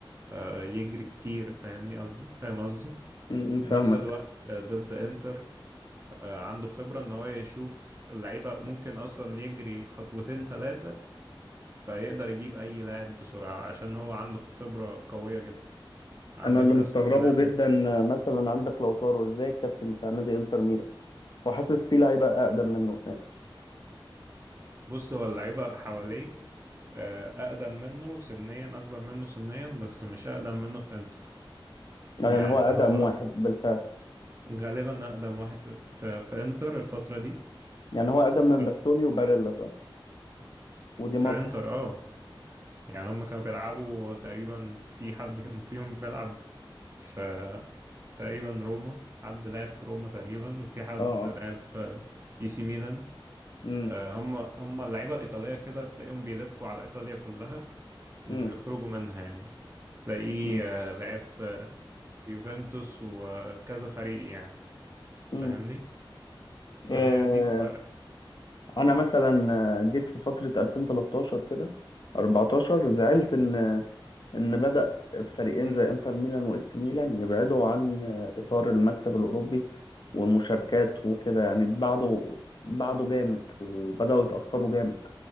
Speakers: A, on the right (about 30°); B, on the left (about 55°).
A: آه، يجري كتير فاهمني قصدي فاهم قصدي
B: م- م، فاهمك
A: نفس الوقت آه، ضد انتر آه، عنده خبرة ان هو يشوف اللعيبة ممكن اصلا يجري خطوتين ثلاثة فيقدر يجيب اي لاعب بسرعة عشان هو عنده خبرة قوية جدا عندك
B: أنا اللي
A: نفس
B: مستغربه
A: الكلام
B: جدا مثلا عندك لوتارو إزاي الكابتن بتاع نادي إنتر ميلان وحاسس في لعيبة أقدم منه
A: بص هو اللعيبة حواليه آه، اقدم منه سنيا اكبر منه سنيا بس مش اقدم منه في انتر
B: آه،
A: يعني
B: يعني هو أقدم
A: هو
B: واحد بالفعل
A: غالبا اقدم واحد في, في, في انتر الفترة دي
B: يعني هو أقدم من
A: بس
B: باستوني وباريلا صح ودي
A: في
B: ماركو
A: انتر اه يعني هم كانوا بيلعبوا تقريبا في حد كان فيهم بيلعب في تقريبا روما حد لعب في روما تقريبا وفي حد
B: اه
A: لعب
B: اه
A: في اي سي ميلان
B: امم
A: آه، هم هم اللعيبة الإيطالية كده تلاقيهم بيلفوا على إيطاليا كلها مش
B: امم
A: بيخرجوا منها يعني تلاقيه
B: امم
A: آه، لعب في في يوفنتوس وكذا فريق يعني فاهمني
B: امم
A: فهي
B: آه،
A: دي الفرق
B: انا مثلا آه، جيت في فترة 2013 كده 14 زعلت ان ان بدأ فريقين
A: مم.
B: زي انتر ميلان واس ميلان يبعدوا عن آه، اطار المكسب الاوروبي والمشاركات وكده يعني بعده بعده جامد وبدأوا يتأخروا جامد